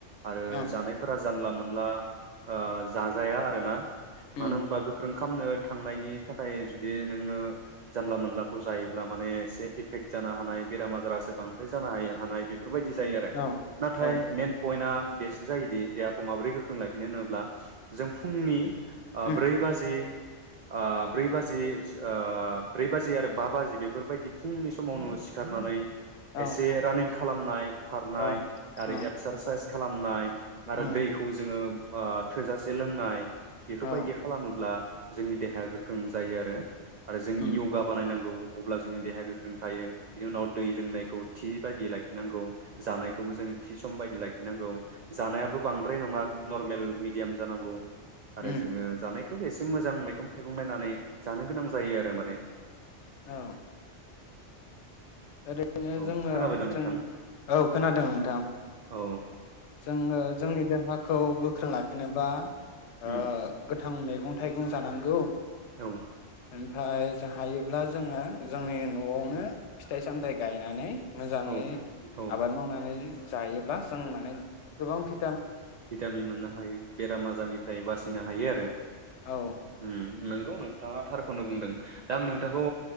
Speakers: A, on the right; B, on the left.
A: आरो
B: औ
A: जानायफोरा जानला मोनला ओ जाजाया आरोना। मानो
B: उम
A: होमबा गोख्रों खामनो थांनायनि थाखाय जुदि नोङो जानला मोनलाखौ जायोब्ला माने एसे एफेक्ट जानो हानाय बेराम आजारासो बांद्राय जानो हानाय बे बेफोरबायदि जायो आरो
B: औ
A: नाथाय
B: औ
A: मेन पइन्टआ बेसो जायोदि देहाखौ माबोरै गोख्रों लाखिनो होनोब्ला जों फुंनि
B: उम
A: ब्रै बाजि ओ ब्रै बाजि ओ ब्रै बाजि आरो बा बाजि बेफोरबायदि फुंनि समावनो सिखारनानै
B: औ
A: एसे रानिं खालामनाय। खारनाय
B: औ
A: आरो
B: उम
A: एक्सारसाइस। खालामनाय।
B: उम
A: आरो दैखौ जोङो ओ थोजासे लोंनाय। बेफोरबाय
B: औ
A: खालामामोब्ला जोंनि देहाया गोख्रों जायो आरो। आरो जों
B: उम
A: योगा बानायनांगौ। अब्ला जोंनि देहाया गोख्रों थायो बिनि उनाव दै लोंनायखौ थि बायदि लाखिनांगौ जानायखौबो जों थि सम बायदि लाखिनांगौ जानायाबो बांद्राय नङा नरमेल मिडियाम जानांगौ। आरो
B: उम
A: जोङो एसे मोजां मैंगं थाइगं नायनानै जानो गोनां जायो आरो माने
B: औ। आरो। बेनिखायनो
A: औ
B: जोङो
A: खोनाबायना नोंथां
B: जोंनि औ खोनादों नोंथां
A: औ
B: जोङो जोंनि देहाखौ खौ गोख्रों लाखिनोबा
A: उम
B: ओह गोथां मैगं थाइगं जानांगौ
A: ओ।
B: ओमफ्राय जा हायोब्ला जोङो जोंनि न'आवनो फिथाइ सामथायाइ गायनानै। मोजाङै
A: औ औ
B: आबाद मावनानै जायोब्ला जों माने गोबां भि
A: भिटामिन मोननो हायो बेराम आजारनिफ्राय बासिनो हायो आरो
B: औ
A: ओम नोंगौ नोंथाङा थारखौनो बुंदों दा आं नोंथांखौ